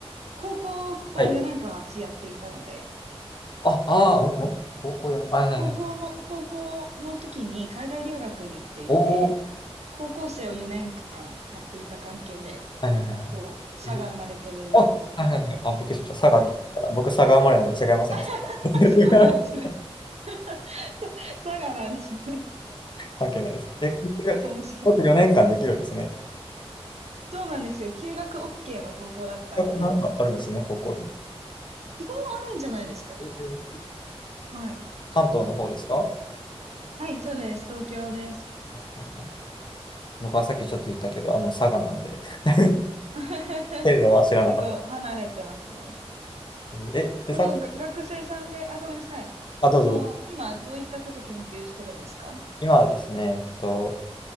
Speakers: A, on the right (about 90°); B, on the left (about 45°).
A: 高校を4年間私やっていたので、
B: はいあ、あー、うん、うん高校4、あはいはいはい。
A: 高校の、高校の時に海外留学に行っていて、
B: おお、
A: 高校生を4年間やっていた関係で、
B: はいはいはいはい。
A: こう、差が生まれてるみたいですね。
B: えあ、はいはいはい。あ、びっくりしました。佐賀って言ったから。
A: はい。
B: 僕、佐賀生まれなんで違いますね。
A: <laughs>
B: <laughs>
A: そうなんですね。<laughs> 差がなんですね。
B: 関係ないです。え、
A: 面白い。
B: もと4年間できるんですね。
A: そうなんですよ。休学 OK の高校だったんで、
B: なんかあるんですね、高校に。
A: 基本あるんじゃないですかね。
B: えー
A: はい。
B: 関東の方ですか
A: はい、そうです。東京です。
B: うんうんうん僕はさっきちょっと言ったけど、あの、佐賀なんで。<laughs>
A: <laughs>
B: 程度は知らなかった。
A: 結構離れてますね。
B: え、で、
A: そのが学生さんで、
B: さっき、
A: あ、ごめんなさい。
B: あ、どうぞ。
A: その、今、どういったこと研究してるんですか
B: 今はですね、えっと、